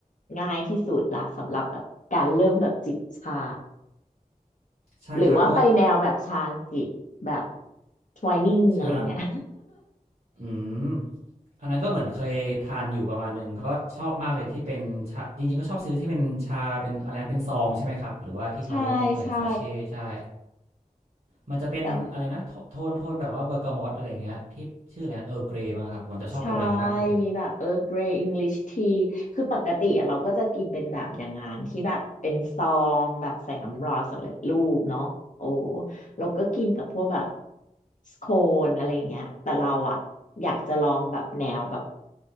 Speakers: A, on the left; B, on the right.
A: ง่ายที่สุดละสำหรับแบบการเริ่มแบบจิบชา
B: ใช่ครับก็
A: หรือว่าไปแนวแบบชาญกิจแบบทไวายนิ่งอะไรอย่างเงี้ย
B: ชาอืมอันนั้นก็เหมือนเคยทานอยู่ประมาณหนึ่งก็ชอบมากเลยที่เป็นชาจริงๆก็ชอบซื้อที่เป็นชาเป็นอะไรนะเป็นซองใช่ไหมครับหรือว่าที่เขาเรียกว่าอะไรซาเชตใช่
A: <laughs> ใช่ใช่
B: มันจะเป็นอะไรนะโทโทนโทนแบบว่าเบอร์กามออะไรอย่างเงี้ยที่ชื่ออะไรเออเกรมั้งครับผมจะชอบตัวนั้นมากเลย
A: แต่ใช่มีแบบเออเกรย์อังกฤษทีคือปกติอะเราก็จะกินเป็นแบบอย่างงานที่แบบเป็นซองแบบใส่น้ำร้อนสำเร็จรูปเนาะโอ้เราก็กินกับพวกแบบสโคนอะไรอย่างเงี้ยแต่เราอะอยากจะลองแบบแนวแบบ